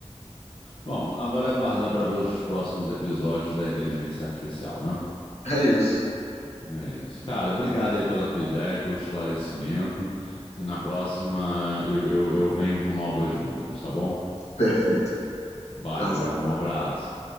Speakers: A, on the left; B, on the left.
A: Bom, agora é aguardar para ver os próximos episódios da inteligência artificial, né?
B: É isso.
A: É isso. Cara, obrigado aí pela tua ideia, pelo esclarecimento. E na próxima eu, eu, eu venho com novas dúvidas, tá bom?
B: Perfeito.
A: Valeu,
B: Graças
A: meu irmão. Um abraço.